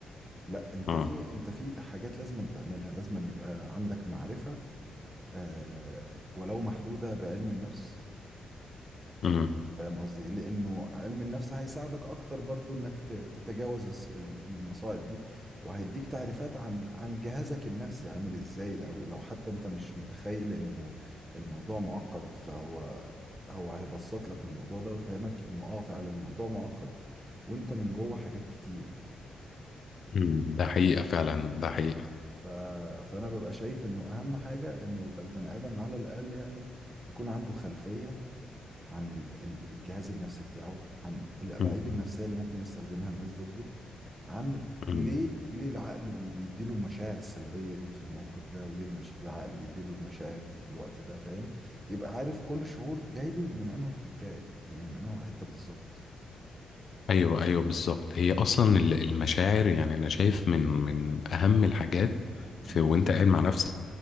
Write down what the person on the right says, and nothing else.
لا انت
في انت في حاجات لازم أن تعملها لازم أن يبقى عندك معرفة آه ولو محدودة بعلم النفس
فاهم قصدي إيه؟ لانه علم النفس هيساعدك اكتر برضو انك ت- تتجاوز الس- ال- المصاعب دي وهيديك تعريفات عن عن جهازك النفسي عامل ازاي او لو حتى انت مش متخيل انه الموضوع معقد فهو هو هيبسط لك الموضوع ده ويفهمك انه اه فعلا الموضوع معقد وانت من جوه حاجات كتير
ف... فانا ببقى شايف انه اهم حاجه انه يبقى البني ادم على الاقل يعني يكون عنده خلفيه عن ال- ال- الجهاز النفسي بتاعه عن الالاعيب
النفسيه اللي ممكن يستخدمها الناس ضده عن
ليه ليه العقل بي... بيديله المشاعر السلبيه دي في الموقف ده وليه المش... العقل بيديله المشاعر دي في الوقت ده فاهم يبقى عارف كل شعور جاي له من انه تركايه يعني من انه حته بالظبط
امم